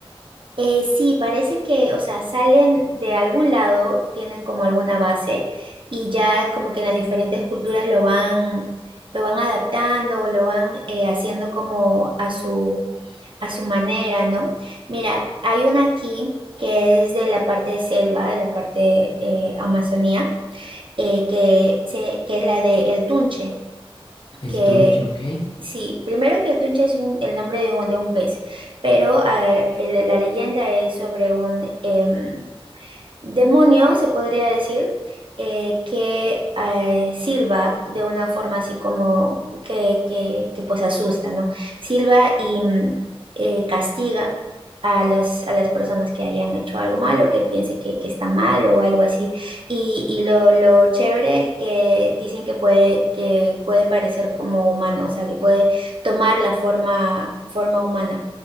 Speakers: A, on the right; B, on the left.
A: Eh, sí, parece que, o sea, salen de algún lado, tienen como alguna base y ya como que en las diferentes culturas lo van, lo van adaptando o lo van eh, haciendo como a su a su manera, ¿no? Mira, hay una aquí que es de la parte de selva, de la parte eh, Amazonía, eh, que, se, que es la de El Tunche,
B: El
A: que
B: Tunche, ¿ok?
A: sí, primero que El Tunche es un- el nombre de un, de un pez, pero eh, el- la leyenda es sobre un, em, demonio, se podría decir, eh, que eh, silba de una forma así como que, que, que, pues asusta, ¿no? Silba y mm, eh, castiga a los, a las personas que hayan hecho algo malo, que él piense que, que está mal o algo así. Y, y lo, lo chévere es que dicen que puede, que puede parecer como humano, o sea, que puede tomar la forma, forma humana.